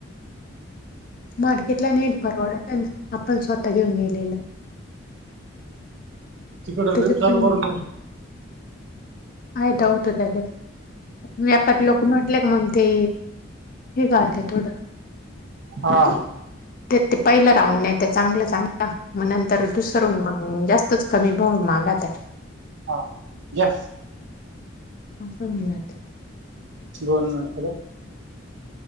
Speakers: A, on the left; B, on the right.
A: मार्केटला न नेयेल परवड नाही ना, आपण स्वतः घेऊन गेलेल.
B: तिकड
A: त्याच्यात
B: ड्र्रीप चालू
A: पण
B: करून दे रे
A: फायदा होतो त्याच्यात, व्यापारी लोक म्हटले का मग ते? एक आर्ध थोड
B: हा
A: ते ते पहिलं राऊंड नेत्या चांगलं चांगलं, मग नंतर दुसरं जास्त तेच कमी भाव मागात्या.
B: हां घ्या
A: <unintelligible>
B: दोन हजार